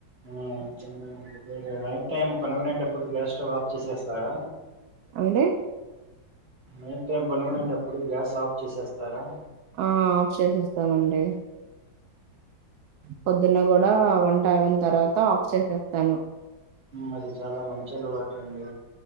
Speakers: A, on the right (about 30°); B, on the right (about 75°).
A: ఉమ్ తిన్నామండి. మీరు నైట్ టైం పనుకునేటప్పుడు గ్యాస్ స్టవ్ ఆఫ్ చేసే స్తారా,
B: అండి
A: నైట్ టైం పనుకునేటప్పుడు గ్యాస్ ఆఫ్ చేసేస్తారా
B: ఆ ఆఫ్ చేసేస్తానండి. పొద్దున్న గూడా వంట అయినా తర్వాత ఆఫ్ చేసేస్తాను.
A: మ్ అది చాలా మంచి అలవాటండి